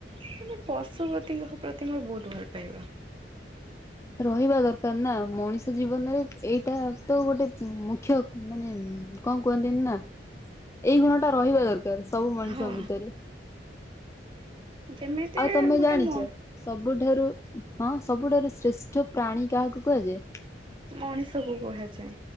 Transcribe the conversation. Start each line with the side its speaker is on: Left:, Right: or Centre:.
Right: ମାନେ ପଶୁପତିଙ୍କ ପ୍ରତି ମୋର ବୋହୁତ ଭଲ ପାଇବା।
Left: ରହିବା ଦରକାର ନା ମଣିଷ ଜୀବନରେ ଏଇଟା ତ ଗୋଟେ ମୁଖ୍ୟ ମାନେ କଣ କୁହନ୍ତିନି ନା ଏଇ ଗୁଣଟା ରହିବା ଦରକାର ସବୁ ମଣିଷ
Right: ହଁ
Left: ଭିତରେ
Right: ଯେମିତି
Left: ଆଉ ତମେ
Right: ଗୋଟେ
Left: ଜାଣିଚ।
Right: ମ
Left: ସବୁଠାରୁ ହଁ ସବୁଠାରୁ ଶ୍ରେଷ୍ଠ ପ୍ରାଣୀ କାହାକୁ କୁହାଯାଏ?
Right: ମଣିଷ କୁ କୁହାଯାଏ।